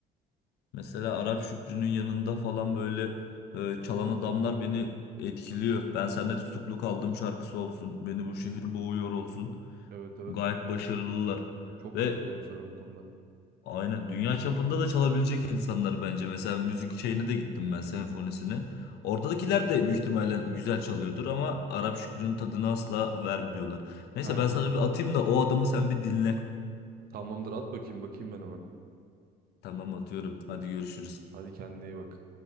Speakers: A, on the left; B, on the right.
A: Mesela Arap Şükrü'nün yanında falan böyle e, çalan adamlar beni etkiliyor. Ben senden tutuklu kaldım şarkısı olsun. Beni bu şehir boğuyor olsun.
B: Evet evet.
A: Gayet başarılılar.
B: Çok
A: Ve
B: katılıyorum sana bu konuda.
A: aynen dünya çapında da çalabilecek insanlar bence. Mesela müzik şeyine de gittim ben senfonisine. Oradakiler de büyük ihtimalle güzel çalıyordur ama Arap Şükrü'nün tadını asla vermiyorlar. Neyse
B: Aynen
A: ben sana
B: öyle.
A: bir atayım da o adamı sen bir dinle.
B: Tamamdır at bakayım bakayım ben hemen.
A: Tamam atıyorum. Hadi görüşürüz.
B: Hadi kendine iyi bak.